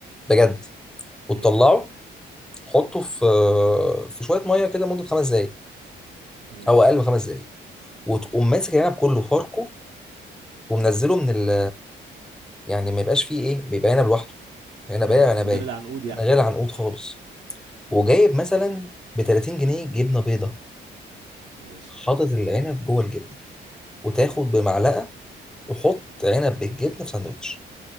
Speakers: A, in the centre; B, on the right (about 75°).
A: بجد
B: ماشي
A: وتطلعه
B: ماشي
A: حطه في في شويه ميه كده مده خمس دقائق
B: تمام
A: او اقل من خمس دقائق وتقوم ماسك العنب كله فاركه ومنزله من ال يعني ما يبقاش فيه ايه بيبقى عنب لوحده عنبايه
B: ايوه
A: عنبايه
B: من غير العنقود يعني
A: من غير
B: ايوه
A: عنقود خالص وجايب مثلا ب 30 جنيه جبنه بيضه
B: ماشي
A: حاطط العنب جوه الجبنه وتاخد
B: و-
A: بمعلقه وحط عنب بالجبنه في ساندوتش